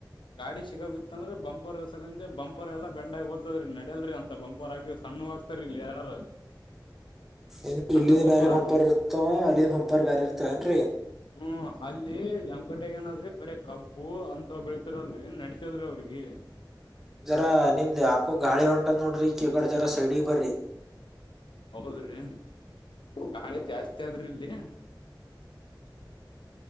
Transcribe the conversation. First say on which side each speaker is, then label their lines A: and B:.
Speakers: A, on the left; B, in the centre.
A: ಗಾಡಿ ಸಿಗ ಬಿತ್ತ ಅಂದ್ರೆ ಬಂಪರ್ ಬಂಪರ್ ಎಲ್ಲ ಬೆಂಡಗ ಓ್ತದ್ರೀ ನಡ್ಯಲ್ರಿ ಅಂತ ಬಂಪರ್ ಆಗಿ ಸಣ್ಣು ಹಾಗ್ತಾರ ಇಲ್ಲಿ ಯಾರ
B: ಏನ್
A: ಅಂತ
B: ಇಲ್ಲಿಂದ
A: ಬಂಪರ್
B: ಬೇರೆ ಹೊಂಪಾರ್ ಇರ್ತ ಅಲ್ಲಿಂದ ಹೊಂಪಾರ್ ಬೇರೆ ಇರ್ತ ನ್ರರಿ
A: ಹ್ಮ ಅಲ್ಲಿ ಯಮ್ಗಟ್ಟಗ ಏನಾದ್ರಿ ಬರ ಕಬ್ಬು ಅಂತ ಬೆಳತರಲ್ರರಿ ನಡತದ್ರಿ ಅವ್ರಿಗೆ <inaudible>
B: ಜರಾ ನಿಮ್ದ್ ಆಾಕೋ ಗಾಳಿ ಹೊಂಟದ ನೋಡ್ರಿ ಕೆಗಡೆ ಜರ ಸೈಡ ಬರ್ರಿ
A: ಹೌದ್ರಿ ಗಾಳಿ ಜಾಸ್ತಿ ಆದ್ರಿ ಇಲ್ಲಿ